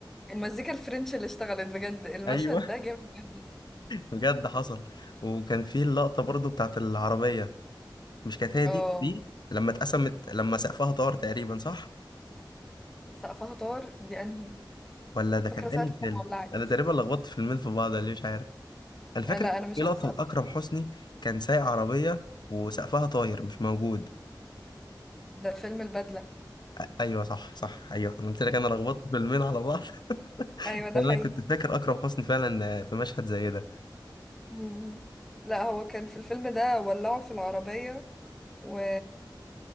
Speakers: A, in the centre; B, on the left.
A: المزيكا الفرنش اللي اشتغلت بجد المشهد
B: <laughs> ايوه
A: ده جامد جدا
B: بجد حصل وكان في اللقطه برضو بتاعت العربيه مش كانت هي
A: اه
B: دي دي لما اتقسمت لما سقفها طار تقريبا صح
A: سقفها طار دي انهي
B: ولا ده كان
A: فاكره ساعه
B: انهي
A: لما
B: فيلم
A: ولعت
B: انا تقريبا لخبطت فيلمين في بعض ليه مش عارف انا فاكر
A: آه لا
B: كان
A: انا مش
B: في لقطه
A: عايزة سقف
B: لاكرم حسني كان سايق عربيه وسقفها طاير مش موجود
A: ده فيلم البدله
B: أ- ايوه صح صح ايوه انا قلت لك انا لخبطت فيلمين على بعض <laughs>
A: ايوه
B: لأن
A: ده حقيقي
B: انا كنت فاكر اكرم حسني فعلا في مشهد زي ده
A: مم. لا هو كان في الفيلم ده ولعوا في العربيه و...